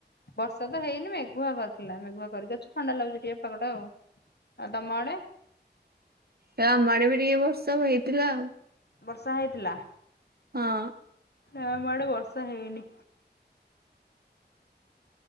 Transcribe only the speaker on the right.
ଏ ଆମ ଆଡେ ବି ଟିକେ ବର୍ଷ ହେଇଥିଲା ଆଉ।
ହଁ।